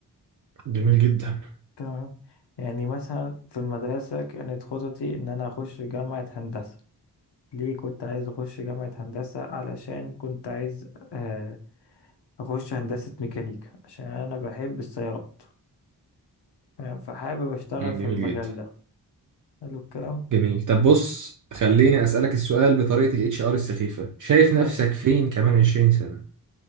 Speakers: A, on the right (about 50°); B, on the left (about 75°).
A: جميل جدا
B: تمام يعني مثلا في المدرسة كانت خططي إن أنا أخش جامعة هندسة ليه كنت عايز أخش جامعة هندسة علشان كنت عايز آه، أخش هندسة ميكانيكا عشان أنا بحب السيارات تمام، فحابب اشتغل
A: مم،
B: في
A: جميل
B: المجال
A: جدا
B: ده حلو الكلام
A: جميل طب بص خليني اسألك السؤال بطريقة الاتش ار السخيفة شايف
B: ماشي
A: نفسك فين كمان 20 سنة